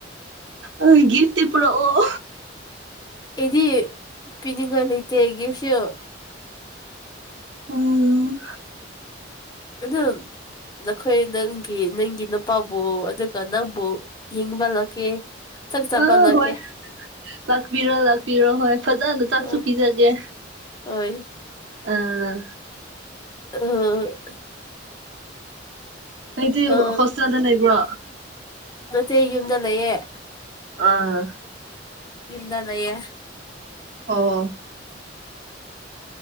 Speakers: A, on the right; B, on the left.
A: ꯑ ꯒꯤꯐꯇꯗꯤ ꯄꯨꯔꯣ ꯑꯣ
B: ꯑꯦꯗꯤ ꯄꯤꯅꯤꯡꯕ ꯂꯩꯇ ꯒꯤꯐꯁꯨ
A: ꯑꯣ
B: ꯑꯗꯨꯗ ꯅꯈꯣꯏ ꯅꯪꯒꯤ ꯅꯪꯒꯤ ꯅꯨꯄꯥꯕꯨ ꯑꯗꯨꯒ ꯅꯪꯕꯨ ꯌꯦꯤꯡꯕꯜꯂꯛꯀꯦ ꯆꯥꯛ
A: ꯑ
B: ꯆꯄꯜꯀꯦ
A: ꯍꯣꯏ ꯂꯥꯛꯄꯤꯔꯣ ꯂꯥꯛꯄꯤꯔꯣ ꯍꯣꯏ ꯐꯖꯅ ꯆꯥꯛꯁꯨ
B: ꯍꯣꯏ
A: ꯄꯤꯖꯒꯦ
B: ꯍꯣꯏ
A: ꯑꯥ
B: ꯑ
A: ꯃꯗꯤ
B: ꯑ
A: ꯍꯣꯁꯇꯦꯜꯗꯅ ꯏꯕ꯭ꯔ
B: ꯅꯠꯇꯦ ꯌꯨꯝꯗ ꯂꯩꯌꯦꯦ
A: ꯑꯥ
B: ꯌꯨꯝꯗ ꯂꯦꯏꯌꯦ
A: ꯑꯣ